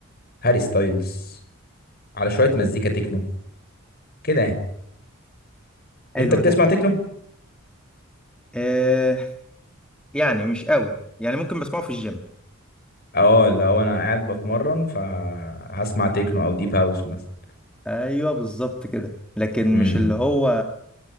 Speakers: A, on the left (about 45°); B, in the centre.
A: هاري ستايلز على شوية مزيكا تكنو كده يعني
B: حلو
A: انت بتسمع
B: ده
A: تكنو؟
B: آه يعني مش قوي يعني ممكن بسمعه في الجيم
A: اه اللي هو انا قاعد بتمرن فهسمع تكنو او ديب هاوس مثلا
B: ايوه بالظبط كده لكن
A: امم
B: مش اللي هو